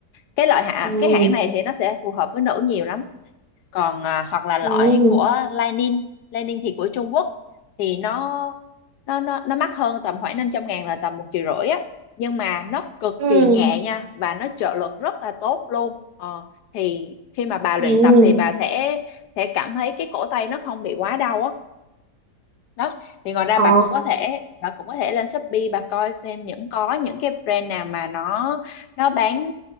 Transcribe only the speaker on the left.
cái loại hạ
cái hãng này thì nó sẽ phù hợp với nữ nhiều lắm còn à, hoặc là loại
của Lining Lining thì của Trung Quốc thì nó nó nó nó mắc hơn tầm khoảng năm trăm ngàn là tầm một triệu rưỡi á nhưng mà nó cực
kỳ nhẹ nha và nó trợ lực rất là tốt luôn ờ, thì khi mà bà
luyện tập thì bà sẽ sẽ cảm thấy cái cổ tay nó không bị quá đau á đó thì ngoài ra
bà cũng có thể bà cũng có thể lên Shopee bà coi xem những có những cái brand nào mà nó nó bán